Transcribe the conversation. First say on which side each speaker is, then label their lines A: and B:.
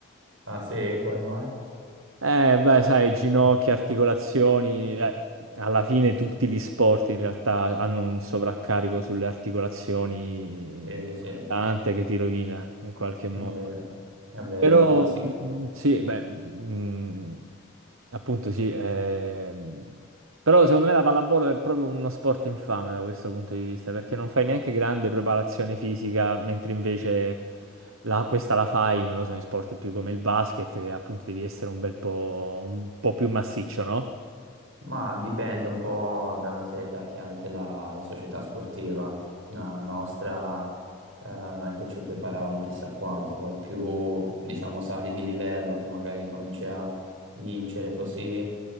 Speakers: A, on the right (about 75°); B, on the right (about 90°).
A: Ah, sì, come mai?
B: Eh, beh, sai, ginocchia, articolazioni, eh, alla fine tutti gli sport in realtà hanno un sovraccarico sulle articolazioni
A: Sì, sì, è
B: tante che ti rovina in qualche modo.
A: vero, è vero,
B: Però
A: classico.
B: mm, sì, beh, mm, appunto sì, ehm, però secondo me la pallavolo è proprio uno sport infame da questo punto di vista, perché non fai neanche grande preparazione fisica, mentre invece la- questa la fai, non lo so, in sport più come il basket, che appunto devi essere un bel po', un po' più massiccio, no?
A: Ma dipende un po' dalla serietà che ha anche la, la società sportiva. La nostra, eh, non è che ci preparavano chissà quanto, poi più, diciamo, sali di livello, più magari cominci a vincere così, eh,